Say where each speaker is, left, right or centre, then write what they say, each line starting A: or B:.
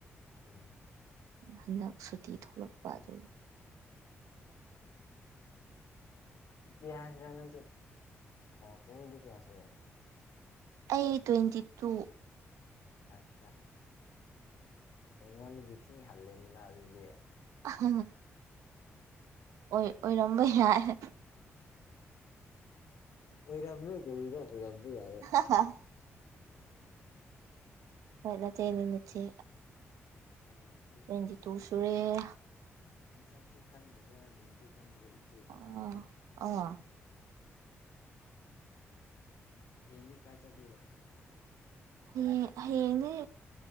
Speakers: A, on the left; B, on the right.
A: ꯎꯝ
B: ꯍꯟꯗꯛ ꯁꯨꯇꯤ ꯊꯣꯛꯂꯛꯄ ꯑꯗꯨ <inaudible>
A: ꯏꯁꯤ ꯍꯥꯏꯁꯤꯔꯥ ꯅꯪꯁꯦ ꯆꯍꯤꯗꯤ ꯀꯌꯥ ꯁꯨꯔꯦ
B: ꯑꯩ ꯇ꯭ꯋꯦꯟꯇꯤ ꯇꯨ
A: ꯑꯠꯆꯥ ꯑꯩꯉꯣꯟꯗꯒꯤ ꯊꯤ ꯍꯜꯂꯦꯗꯅ ꯑꯁꯤꯗꯤ
B: ꯍꯝ ꯑꯣꯏ ꯑꯣꯏꯔꯝꯕ ꯌꯥꯏ
A: ꯑꯣꯏꯔꯃꯦ ꯀꯩꯅꯣ ꯑꯣꯏꯔꯝꯕꯥ ꯌꯥꯏ
B: ꯑ ꯍ <unintelligible> ꯍꯣꯏ ꯅꯆꯦꯅꯤ ꯅꯆꯦ
A: ꯍ <unintelligible>
B: ꯇ꯭ꯋꯦꯟꯇꯤ ꯇꯨ ꯁꯨꯔꯦ
A: ꯎꯝ ꯃꯁꯛꯁꯨ ꯈꯪꯗꯕ ꯃꯤꯡꯁꯨ ꯈꯪꯗꯕ ꯏꯆꯦꯅꯤ
B: ꯑꯣ
A: ꯅꯪꯁꯦ
B: ꯑꯣ
A: ꯍꯌꯦꯡꯗꯤ ꯀꯥꯏ ꯆꯠꯕꯤꯔꯑꯣ
B: ꯍꯌꯦꯡ ꯍꯌꯦꯡꯗꯤ